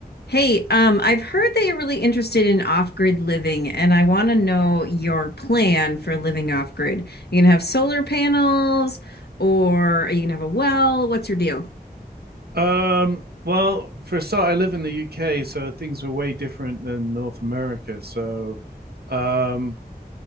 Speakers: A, on the left; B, on the right.
A: Hey, um, I've heard that you're really interested in off-grid living, and I want to know your plan for living off-grid. You gonna have solar panels, or are you gonna have a well? What's your deal?
B: Um, well, for a start, I live in the UK, so things were way different than North America. So, um,